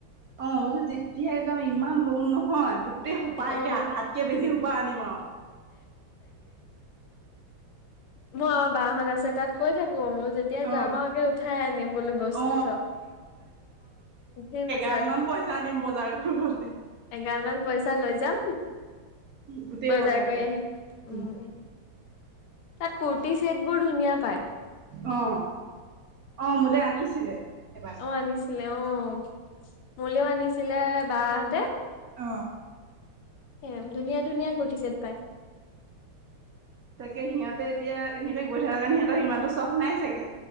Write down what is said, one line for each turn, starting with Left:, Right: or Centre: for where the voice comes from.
Right: অ' <unintelligible> যেতিয়াই যাম ইমান ল'ম নহয় গোটেই সোপাইকে
Left: অ
Right: আধাতকে বেছি সোপা আনিম আৰু।
Left: <unintelligible> বা হঁত আছে তাত কৈ থাক <unintelligible> যেতিয়াই
Right: অ
Left: যাম আৰু আগে উঠাই আনিম বোলো বস্তু
Right: অ
Left: চব। <unintelligible>
Right: ভালমান পইচা আনিম বজাৰ কৰিবলে।
Left: এগাল মান পইচা লৈ যাম।
Right: গোটেই
Left: বজাৰ কৰি
Right: কৰিম
Left: আহিম।
Right: উম,
Left: তাত কুৰ্তি চেট বোৰ ধুনীয়া পায়
Right: অ', অ', মোলৈ আনিছিলে। এবাৰ
Left: অ' আনিছিলে অ' মোলেও আনিছিলে বা হঁতে।
Right: অ'।
Left: এ ধুনীয়া ধুনীয়া কু্ৰ্তিছেট পাই।
Right: তাকে সিহঁতে এতিয়া সিহঁতে গৈ থকা কাৰণে সিহঁতৰ সিমানতটো চখ নাই চাগে,